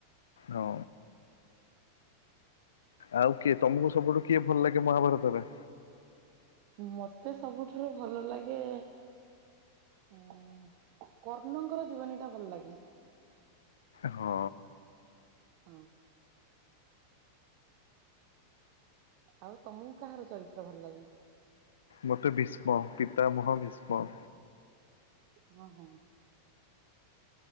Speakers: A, on the left; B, on the right.
A: ହଁ। ଆଉ କିଏ ତମକୁ ସବୁଠୁ କିଏ ଭଲ ଲାଗେ ମହାଭାରତରେ?
B: ମତେ ସବୁଠାରୁ ଭଲ ଲାଗେ ଏ କର୍ଣ୍ଣଙ୍କର ଜୀବନୀ ଟା ଭଲ ଲାଗେ।
A: ହଁ।
B: ହଁ। ଆଉ ତମକୁ କାହାର ଚରିତ୍ର ଭଲ ଲାଗେ?
A: ମତେ ଭୀଷ୍ମ ପିତାମହ ଭୀଷ୍ମ।
B: ହଁ ହଁ।